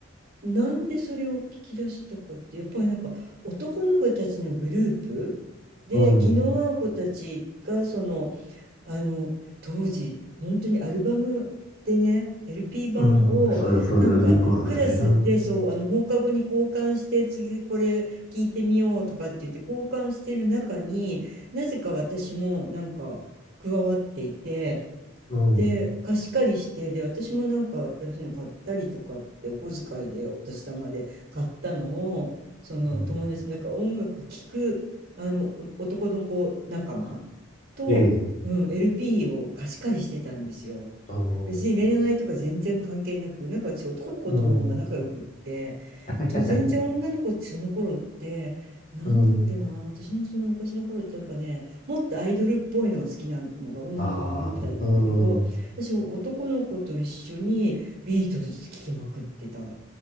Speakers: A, on the right; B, on the left.
A: なんでそれを聞き出したかって、やっぱりなんか男の子たちのグループで、
B: うん、
A: 気の合う子たちがその、あの当時本当にアルバムでね LP 版をなんかクラスでそうあの放課後に交換して次これ聞いてみようとかって言って交換してる中になぜか私もなんか加わっていて
B: うん、そう、そう、レコードだよね。うん、うん、
A: で、貸し借りして、で、私もなんか新しいの買ったりとかって、お小遣いでお年玉で買ったのを、その友達、
B: うん、
A: なんか音楽聴く、あの、お男の子仲間と、
B: ええ、
A: うん、LP を貸し借りしてたんですよ。
B: あの、
A: 別に恋愛とか全然関係なく、なんか私男の子と方が仲良くって、
B: うん、<laughs>
A: と全然女の子ってその頃って、なんだっけな、
B: うん、
A: 私のその昔の頃ってなんかね、もっとアイドルっぽいのが好きなのが女の子のグループだったんだけど、
B: ああ、うん、
A: 私、男の子と一緒にビートルズ聴きまくってた、